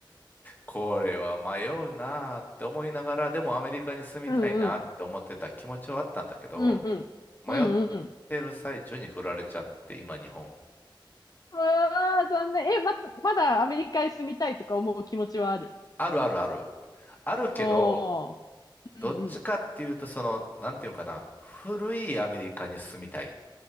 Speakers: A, on the left; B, on the left.
A: これは迷うなあって思いながら、でもアメリカに住みたいなって思ってた気持ちはあったんだけど、
B: うんうん。うんうん。
A: 迷っ
B: うんうん。
A: てる最中に振られちゃって、今日本。
B: うわー、残念。え、ま、まだアメリカへ住みたいとか思う気持ちはある。
A: あるあるある。あるけど、
B: おー。うんうん。
A: どっちかっていうと、その、なんていうのかな、古いアメリカに住みたい。